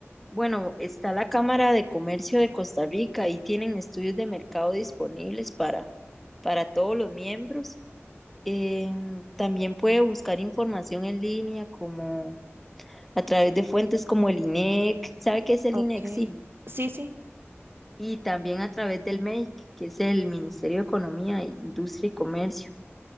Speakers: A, in the centre; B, on the right.
A: bueno, está la Cámara de Comercio de Costa Rica y tienen estudios de mercado disponibles para, para todos los miembros. Em, también puede buscar información en línea como a través de fuentes como el INEC, ¿sabe qué es el
B: Ok,
A: INEC? Sí.
B: sí, sí.
A: Y también a través del MEIC, que es el Ministerio de Economía, Industria y Comercio.